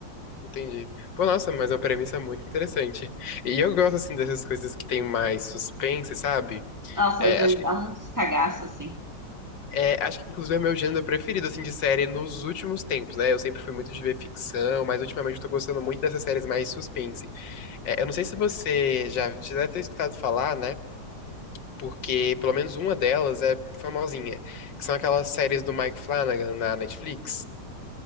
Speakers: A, on the left (about 80°); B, on the right (about 25°).
A: Entendi. Pô, nossa, mas é uma premissa muito interessante. E eu gosto, assim, dessas coisas que tem mais suspense, sabe?
B: Nossa,
A: É,
B: às vezes
A: acho que,
B: dá uns cagaços assim.
A: é, acho que inclusive é meu gênero preferido, assim, de série nos últimos tempos, né? Eu sempre fui muito de ver ficção, mas ultimamente eu tô gostando muito dessas séries mais suspense. É, eu não sei se você já, já deve ter escutado falar, né? porque pelo menos uma delas é famosinha, que são aquelas séries do Mike Flanagan na Netflix.